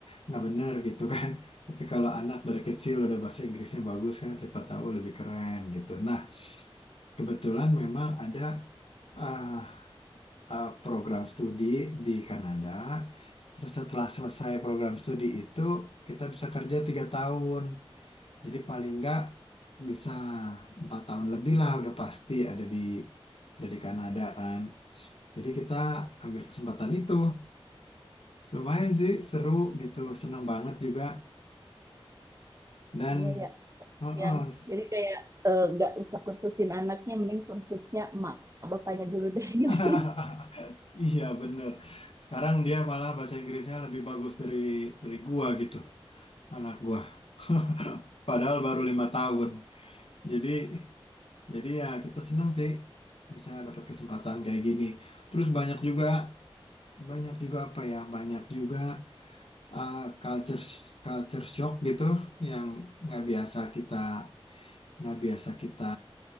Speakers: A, on the left; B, on the right.
A: nggak bener gitu kan tapi kalau anak dari kecil udah bahasa Inggrisnya bagus kan siapa tahu lebih keren gitu nah kebetulan memang ada eh, eh, program studi di Kanada. Terus setelah selesai program studi itu kita bisa kerja tiga tahun. Jadi paling nggak bisa empat tahun lebih lah udah pasti ada di ada di Kanada kan. Jadi kita ambil kesempatan itu. Lumayan sih seru gitu, seneng banget juga dan
B: Iya ya,
A: oh,
B: Yan.
A: oh.
B: Jadi kayak eh, nggak usah kursusin anaknya, mending kursusnya emak bapaknya dulu deh <laughs> gitu.
A: <laughs> Iya bener. Sekarang dia malah bahasa Inggrisnya lebih bagus dari dari gua gitu, anak gua. <laughs> Padahal baru lima tahun. Jadi jadi ya kita senang sih bisa dapat kesempatan kayak gini. Terus banyak juga banyak juga apa ya? Banyak juga uh, culture culture shock gitu yang nggak biasa kita nggak biasa kita